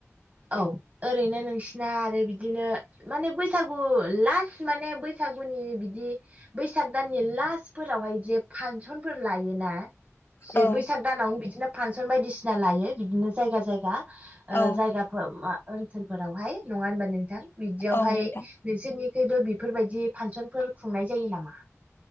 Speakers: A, on the right; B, on the left.
A: औ ओरैनो नोंसिना आरो बिदिनो माने बैसागु लास्ट माने बैसागुनि बिदि बैसाग दाननि लास्टफोरावहाय जे फांसनफोर लायोना। जे
B: औ
A: बैसाग दानावनो बिदिनो फानसन बायदिसिना लायो बिदिनो जायगा जायगा।
B: औ
A: जायगाफोर मा ओनसोलफोरावहाय नङा होनबा नोंथां बिदियावहाय
B: औ नोंथां
A: नोंसोरनिखैबो बेफोरबायदि फानसनफोर खुंनाय जायो नामा?